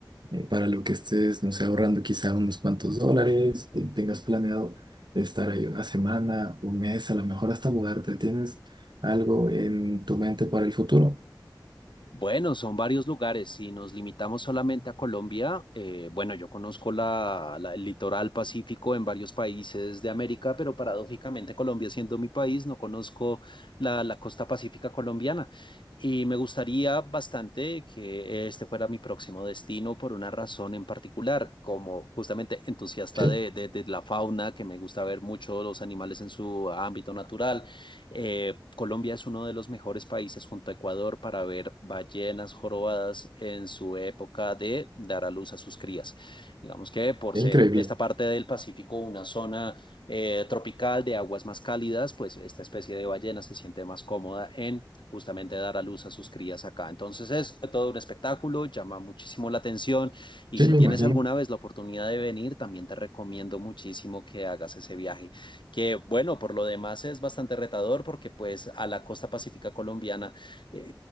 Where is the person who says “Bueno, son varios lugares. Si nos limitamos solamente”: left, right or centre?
Left